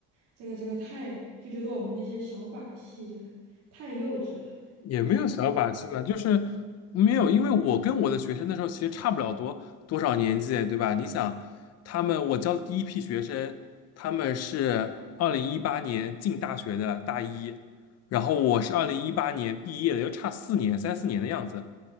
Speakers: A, on the right; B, on the left.
A: 这个这个太，就觉得我们那些小把戏就是太幼稚了。
B: 也没有小把戏吧，就是没有，因为我跟我的学生那时候其实差不了多多少年纪，对吧？你想，他们我教的第一批学生，他们是二零一八年进大学的大一，然后我是二零一八年毕业的，又差四年，三四年的样子